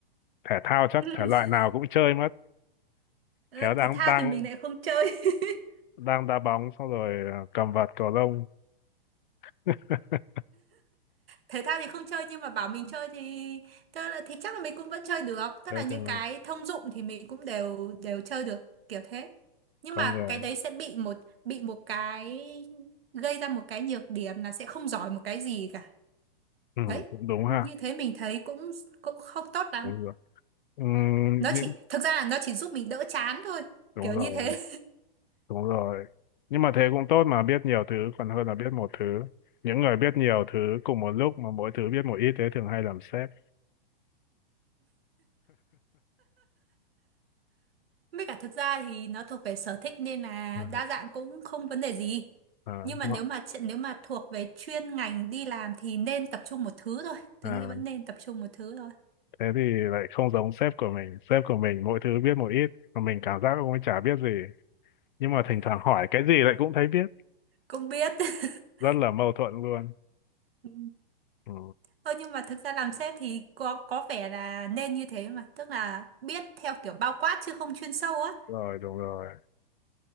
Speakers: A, on the left; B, on the right.
A: thể thao chắc
B: <laughs>
A: thể loại nào cũng chơi mất.
B: Ừ,
A: Khéo đang
B: thể thao
A: đang
B: thì mình lại không chơi <laughs>
A: đang đá bóng xong rồi à, cầm vợt cầu lông. <laughs>
B: thể thao thì không chơi nhưng mà bảo mình chơi thì tức là thì chắc là mình cũng vẫn chơi được tức
A: Thế
B: là những
A: thì mình
B: cái thông dụng thì mình cũng đều đều chơi được kiểu thế nhưng
A: con
B: mà
A: người.
B: cái đấy sẽ bị một bị một cái gây ra một cái nhược điểm là sẽ không giỏi một cái gì cả
A: Ừ,
B: đấy
A: cũng đúng ha.
B: như thế mình thấy cũng cũng không tốt lắm
A: đúng rồi ừ,
B: nó
A: nhưng
B: chỉ thực ra là nó chỉ giúp mình đỡ chán thôi
A: đúng
B: kiểu như
A: rồi
B: thế
A: đúng rồi nhưng mà thế cũng tốt mà biết nhiều thứ còn hơn là biết một thứ những người biết nhiều thứ cùng một lúc mà mỗi thứ biết một ít thế thường hay làm sếp
B: Với cả thực ra thì nó thuộc về sở thích nên là
A: à,
B: đa dạng cũng không vấn đề gì.
A: à,
B: Nhưng mà
A: đúng
B: nếu
A: ạ.
B: mà chuyện nếu mà thuộc về chuyên ngành đi làm thì nên tập trung một thứ thôi. Tớ
A: à,
B: nghĩ vẫn nên tập trung một thứ thôi.
A: thế thì lại không giống sếp của mình sếp của mình mỗi thứ biết một ít mà mình cảm giác cũng chả biết gì nhưng mà thỉnh thoảng hỏi cái gì lại cũng thấy biết
B: Cũng biết. <laughs>
A: rất là mâu thuẫn luôn
B: Ừ.
A: ừ,
B: Ơ nhưng mà thực ra làm sếp thì có có vẻ là nên như thế mà, tức là biết theo kiểu bao quát chứ không chuyên sâu á.
A: rồi đúng rồi